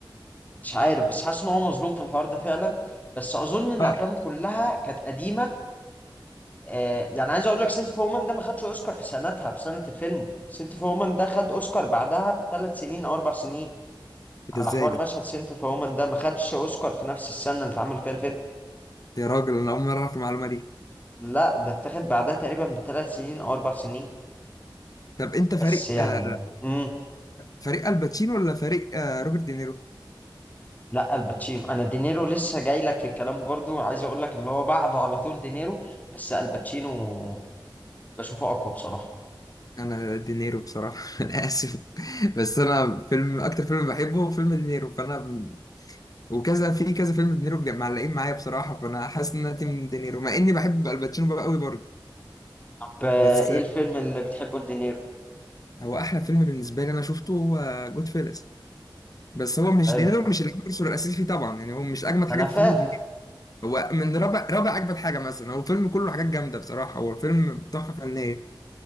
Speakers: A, on the left; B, on the left.
A: مش عارف بس حاسس إن هو مظلوم في الحوار ده فعلا بس أظن إن
B: اه
A: أفلامه كلها كانت قديمة آه، يعني عايز أقول لك سنت اوف وومن ده ما خدش أوسكار في سنتها في سنة الفيلم سنت اوف وومن ده خد أوسكار بعدها بثلاث سنين أو أربع سنين على
B: ده ازاي
A: حوار
B: ده
A: مشهد سنت اوف وومن ده ما خدش أوسكار في نفس السنة اللي اتعمل فيها الفيلم
B: ده يا راجل انا اول مره اعرف المعلومه دي
A: لا ده اتاخد بعدها تقريبا بثلاث سنين أو أربع سنين
B: طب انت فريق
A: بس يعني
B: آه
A: امم
B: فريق الباتشينو ولا فريق آه روبرت دينيرو
A: لا الباتشينو انا دينيرو لسه جاي لك في الكلام برضو عايز اقول لك اللي هو بعده على طول دينيرو بس الباتشينو بشوفه اقوى بصراحة
B: انا دينيرو بصراحه <laughs> انا اسف بس انا فيلم اكتر فيلم بحبه هو فيلم دينيرو فانا وكذا في كذا فيلم دينيرو جا- معلقين معايا بصراحه فانا حاسس ان انا تيم دينيرو مع اني بحب الباتشينو بقى قوي برضه
A: طب آه،
B: بس
A: ايه الفيلم اللي بتحبه لدينيرو
B: هو احلى فيلم بالنسبه لي انا شفته هو جود فيلس بس هو مش
A: حلو
B: دينيرو مش العنصر الاساسي فيه طبعا يعني هو مش اجمد حاجه
A: انا
B: في
A: فاهم
B: فيلم دينيرو هو من رابع رابع اجمد حاجه مثلا هو فيلم كله حاجات جامده بصراحه هو الفيلم تحفه فنيه